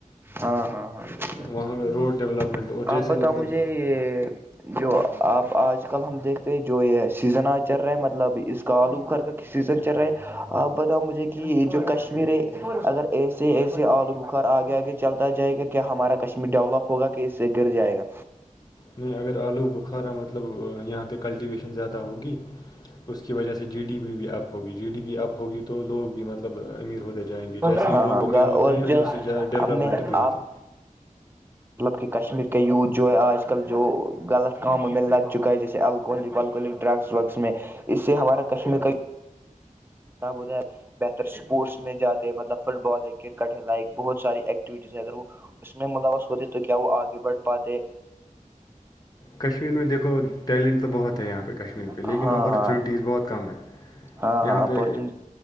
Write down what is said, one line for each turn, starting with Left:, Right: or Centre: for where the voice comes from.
Right: ہاں ہاں ہاں
Left: وہاں پہ روڈ ڈیولپمنٹ اور
Right: آپ
Left: جیسے
Right: بتاؤ
Left: مطلب
Right: مجھے یہ جو آپ آج کل ہم دیکھتے جو یہ سیزن آ چل رہا ہے مطلب اس کا آلو گھر سیزن چل رہا ہے آپ بتاؤ مجھے کہ یہ جو کشمیر ہے اگر ایسے ایسے آلو خار آگے آگے چلتا جائے گا کیا ہمارا کشمیر ڈیولپ ہوگا کہ اس سے گر جائے گا
Left: نہیں اگر آلو بخارا مطلب یہاں پہ کلٹیویشن زیادہ ہوگی اس کی وجہ سے جی ڈی پ بھی اپ ہوگی جی ڈی بی اپ ہوگی تو لوگ بھی مطلب امیر ہوتے جائیں گے
Right: ہاں
Left: جیسے
Right: ہاں
Left: ہی لوگ
Right: ہوگا
Left: امیر ہوتے
Right: اور
Left: ہیں اس
Right: جو
Left: سے زیادہ ڈیولپمنٹ
Right: اب میں
Left: بھی
Right: آپ
Left: ہوتی
Right: مطلب کہ کشمیر کے یوھ جو ہے آج کل جو غلط کاموں میں لگ چکا ہے جیسے لیال کو ڈرگس وگس میں اس سے ہمارا کشمیر کئی <inaudible> بہتر اسپورٹس میں جاتے ہیں مطلب فٹ بال ہے کرکٹ ہے لائک بہت ساری ایکٹیوٹیز ہے اگر وہ اس میں منوس ہوتے تو کیا وہ آگے بڑھ پاتے
Left: کشمیر میں دیکھو ٹیلنٹ تو بہت ہے یہاں پہ کشمیر پہ لیکن
Right: ہاں
Left: اپارچونیٹیز
Right: ہاں
Left: بہت کم ہیں
Right: ہاں
Left: یہاں
Right: ہاں اپارچونی
Left: پہ